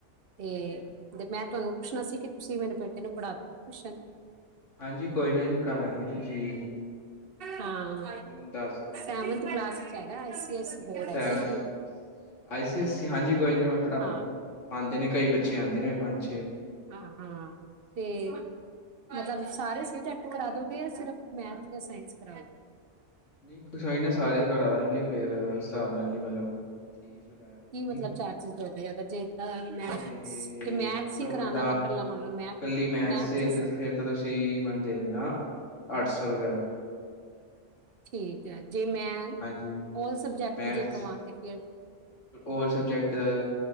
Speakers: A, on the right (about 55°); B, on the left (about 85°).
A: ਤੇ
B: ਅੱਛਾ
A: ਤੇ ਮੈਂ ਤੁਆਨੂੰ ਪੁੱਛਣਾ ਸੀ ਕਿ ਤੁਸੀਂ ਮੇਰੇ ਬੇਟੇ ਨੂੰ ਪੜਾ ਦੋ ਗੇ ਟਿਊਸ਼ਨ
B: ਹਾਂਜੀ ਕੋਈ ਨਾ ਜੀ ਪੜਾਦਾਂਗੇ ਤੁਸੀਂ
A: ਹਾਂ
B: ਮੈਨੂੰ ਦੱਸ ਦੇਣਾ ਹਾਂਜੀ
A: ਸੈਵਨਥ ਕਲਾਸ ਚ ਹੈਗਾ ਆਈ ਸੀ ਆਈ ਸੀ ਬੋਰਡ
B: ਸੈਵਨ
A: ਐ ਜੀ ਓਦੀ
B: ਆਈ ਸੀ ਆਈ ਸੀ, ਹਾਂਜੀ ਕੋਈ ਨਾ ਮੈਂ ਪੜਾਦਾਗਾਂ
A: ਹਾਂ
B: ਆਂਦੇ ਨੇ ਕਈ ਬੱਚੇ ਆਂਦੇ ਨੇ ਪੰਜ-ਛੇ
A: ਹਾਂ-ਹਾਂ, ਤੇ ਮਤਲਬ ਸਾਰੇ ਸਬਜੈਕਟ ਕਰਾ ਦੋਗੇ ਜਾਂ ਸਿਰਫ ਮੈਥ ਜਾਂ ਸਾਇੰਸ ਕਰਾਓਗੇ।
B: ਨਈਂ ਕੋਈ ਨਾ ਸਾਰੇ ਕਰਾਦਾਂਗੇ ਫੇਰ, ਓਸ ਹਿਸਾਬ ਨਾਲ ਮਤਲਬ ਫੀਸ ਵਗੈਰਾ ਜਾਏਗੀ
A: ਕੀ ਮਤਲਬ ਚਾਰਜਿਸ ਲਓ ਗੇ ਅਗਰ ਜੇ ਅ ਮੈਥਸ
B: ਤੇ
A: ਜੇ ਮੈਥਸ ਈ
B: ਉਵੇਂ
A: ਕਰਾਣਾ
B: ਤਾਂ
A: ਮੈਂ ਕੱਲਾ ਮੰਨ ਲਓ ਮੈ,
B: ਕੱਲੀ ਮੈਥ
A: ਮੈਥਸਿਸ
B: ਤੇ ਫੇਰ ਤਾਂ ਤੁਸੀਂ ਮੈਨੂੰ ਦੇ ਦੇਣਾ, ਅੱਠ ਸੌ ਰੁਪਇਆ।
A: ਠੀਕ ਐ ਜੇ ਮੈਂ,
B: ਹਾਂਜੀ
A: ਔਲ ਸਬਜੈਕਟ
B: ਮੈਥ
A: ਈ ਜੇ ਕਵਾਂ ਤੇ ਫੇਰ
B: ਓਲ ਸਬਜੈਕਟ ਦਾ,